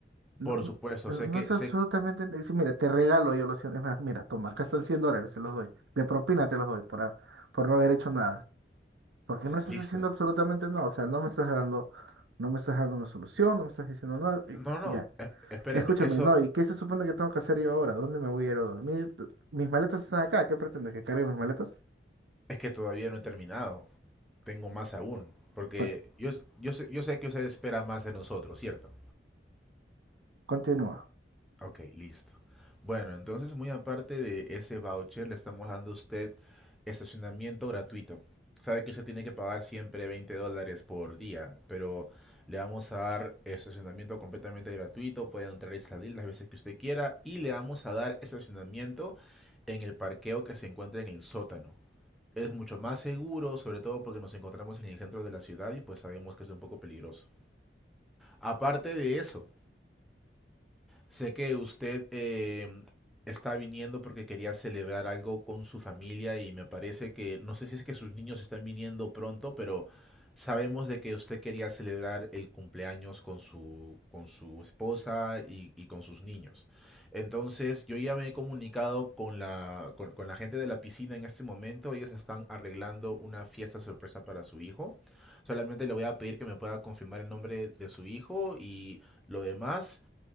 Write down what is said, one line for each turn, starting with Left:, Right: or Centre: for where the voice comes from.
Right: No,
Centre: por
Right: no,
Centre: supuesto,
Right: eh,
Centre: sé
Right: no
Centre: que,
Right: es absolutamente...
Centre: sé,
Right: n- sí, mira, te regalo yo los 100. es más, mira, toma, acá están 100 dólares, se los doy. De propina te los doy por, a- por no haber hecho nada. Porque no estás
Centre: listo.
Right: haciendo absolutamente nada. O sea, no me estás dando... No me estás dando una solución, no me estás diciendo nada. y-
Centre: No, no,
Right: y ya.
Centre: es- espéreme,
Right: Escúchame,
Centre: eso,
Right: no, ¿y qué se supone que tengo que hacer yo ahora? ¿Dónde me voy a ir a dormir? Mis maletas están acá. ¿Qué pretendes? ¿Que cargue mis maletas?
Centre: Es que todavía no he terminado. Tengo más aún. Porque
Right: Con-
Centre: yo, s- yo sé, yo sé que usted espera más de nosotros, ¿cierto?
Right: Continúa.
Centre: Ok, listo. Bueno, entonces muy aparte de ese voucher, le estamos dando a usted estacionamiento gratuito. Sabe que usted tiene que pagar siempre 20 dólares por día, pero le vamos a dar estacionamiento completamente gratuito. Puede entrar y salir las veces que usted quiera. Y le vamos a dar estacionamiento en el parqueo que se encuentra en el sótano. Es mucho más seguro, sobre todo porque nos encontramos en el centro de la ciudad y pues sabemos que es un poco peligroso. Aparte de eso, Sé que usted em, está viniendo porque quería celebrar algo con su familia y me parece que, no sé si es que sus niños están viniendo pronto, pero sabemos de que usted quería celebrar el cumpleaños con su, con su esposa y, y con sus niños. Entonces, yo ya me he comunicado con la, con, con la gente de la piscina en este momento. Ellos están arreglando una fiesta sorpresa para su hijo. Solamente le voy a pedir que me pueda confirmar el nombre de su hijo y lo demás